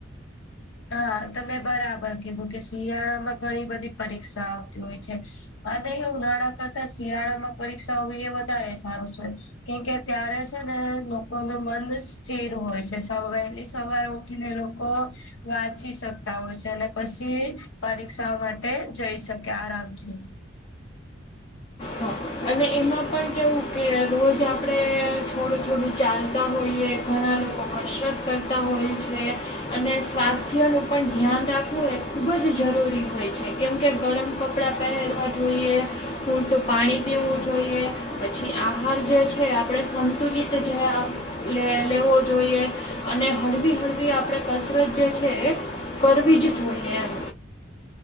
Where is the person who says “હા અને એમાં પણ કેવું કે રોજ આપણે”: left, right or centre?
Left